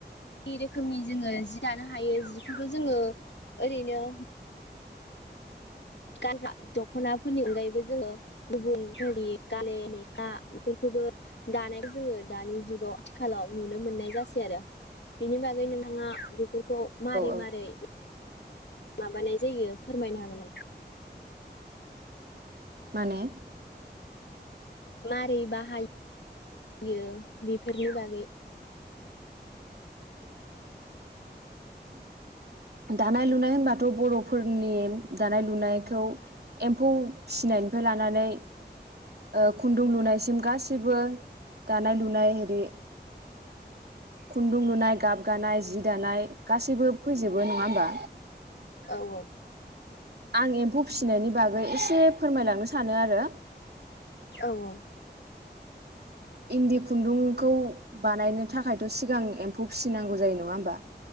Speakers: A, on the left; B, on the right.
A: बायदि रोखोमनि जोङो जि दानो हायो जिखौथ' जोङो ओरैनो गानग्रा दख'नाफोरनि अनगायैबो जोङो गुबुन हारि गाले मेखा बेफोरखौबो दानाय जोङो दानि जुगाव आथिखालाव नुनो मोननाय जासै आरो बेनि बागै नोंथाङा बेफोर खौ मारै
B: औ
A: मारै माबानाय जायो फोरमायनो हागोन नामा?
B: माने
A: मारै बाहायो बेफोरनि बागै
B: दानाय लुनाय होनबाथ' बर'फोरनि दानाय लुनायखौ एम्फौ फिनायनिफ्राय लानानै ओ खुन्दुं लुनायसिम गासैबो दानाय लुनाय आरि खुन्दुं लुनाय गाब गानाय जि दानाय गासैबो फैजोबो नङा होमबा?
A: औ औ
B: आं एम्फौ फिसिनायनि बागै एसे फोरमायलांनो सानो आरो।
A: औ औ
B: इन्दि खुन्दुंखौ बानायनो थाखायथ' सिगां एम्फौ फिसिनांगौ जायो नङा होमबा?